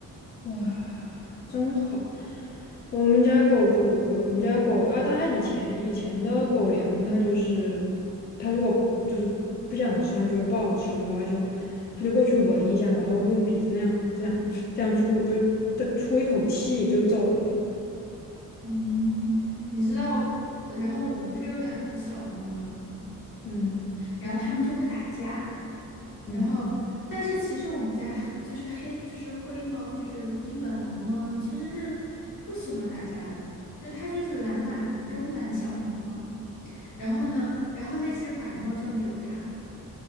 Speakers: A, on the left; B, on the left.
A: 哇，真好！我们家狗就不会，我们家狗啊，但它以前以前的狗粮，它就是它如果就是不想吃，它觉得不好吃的话，它就它就过去闻一下，然后用鼻子那样这样这样出就它出一口气就走了。
B: 嗯，你知道，然后我们不是有两只小猫吗？
A: 嗯
B: 然后他们就会打架，
A: 嗯
B: 然后但是其实我们家就是黑就是灰猫，就是英短蓝猫呢，其实是不喜欢打架的，就它就是懒懒的慵懒小猫哈。然后呢，然后那只白猫就要惹它，